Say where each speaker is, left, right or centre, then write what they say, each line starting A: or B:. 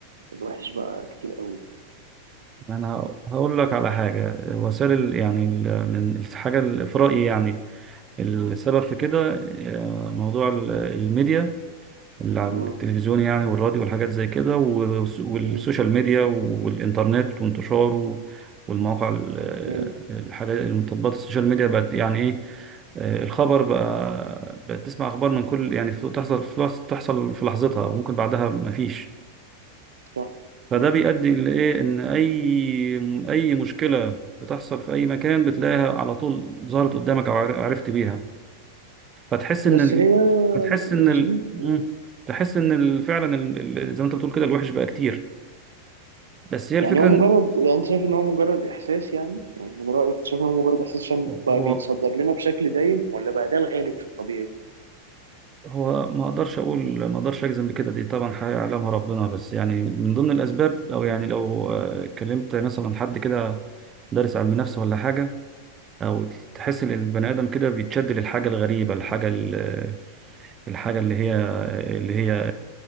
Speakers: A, on the right; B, on the right.
A: الوحش بقى كتير قوي
B: انا هقول لك على حاجه وسائل ال- يعني ال- من الحاجه ال- في رايي يعني السبب في كده آه، موضوع ال- الميديا اللي على
A: قوي
B: التلفزيون يعني والراديو والحاجات زي كده والس- والسوشيال
A: مم.
B: ميديا والإنترنت وانتشاره والمواقع ال-
A: مم.
B: الحاجات التطبيقات السوشيال ميديا بقت يعني إيه آه، الخبر بقى بقت تسمع أخبار من كل يعني في- تحصل في لحظ- تحصل في لحظتها وممكن بعدها مفيش
A: صح
B: فده
A: مم.
B: بيؤدي لإيه إن أي أي مشكلة بتحصل في أي مكان بتلاقيها على طول ظهرت قدامك أو عر- عرفت بيها فتحس ان
A: بس
B: ال...
A: هي
B: فتحس
A: مش
B: ان ال...
A: دي
B: مم.
A: مم.
B: تحس ان ال... فعلا ال... ال- زي ما انت بتقول كده الوحش بقى كتير بس هي الفكره
A: يعني هو مجرد
B: إن
A: يعني انت شايف ان هو مجرد احساس يعني يعني من رأيك أنت شايف ان هو مجرد احساس عشان
B: هو
A: بقى بيتصدر لنا بشكل دايم ولا بقى ده الغالب في الطبيعي
B: هو ما اقدرش اقول ما اقدرش اجزم بكده دي طبعا حاجه يعلمها ربنا بس يعني من ضمن الاسباب او يعني
A: مم.
B: لو آه، كلمت مثلا حد كده دارس علم نفس ولا حاجه او تحس ان البني ادم كده بيتشد للحاجه الغريبه الحاجه ال- الحاجه اللي هي اللي هي آه،